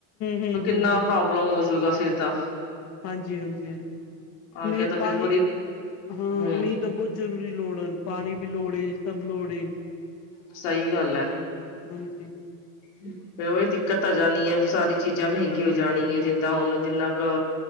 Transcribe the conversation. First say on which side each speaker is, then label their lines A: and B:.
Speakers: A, on the left; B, on the left.
A: ਹੂੰ,
B: ਤੇ ਕਿੰਨਾ
A: ਹੂੰ,
B: ਪ੍ਰੋਬ ਪ੍ਰੋਮ ਹੋਜੂਗਾ ਫਿਰ ਤਾਂ
A: ਹਾਂਜੀ-ਹਾਂਜੀ-ਹਾਂਜੀ,
B: ਆ
A: ਮੀਂਹ
B: ਗਿਆ ਤਾਂ ਫਿਰ
A: ਪਾਣੀ
B: ਪੂਰੀ
A: ਹਾਂ
B: ਹੂੰ,
A: ਮੀਹ ਤਾਂ ਬਹੁਤ ਜ਼ਰੂਰੀ ਲੋੜ ਹਨ, ਪਾਣੀ ਦੀ ਲੋੜੇ ਏ, ਸਭ ਲੋੜ ਏ।
B: ਸਹੀ ਗੱਲ ਏ।
A: ਹਾਂਜੀ।
B: ਫਿਰ ਉਹੀ ਦਿੱਕਤ ਆ ਜਾਣੀ ਏ, ਸਾਰੀ ਚੀਜ਼ਾਂ ਮਹਿੰਗੀ ਹੋ ਜਾਣੀ ਏ, ਜਿੱਦਾਂ ਹੁਣ ਜਿੰਨਾ ਕ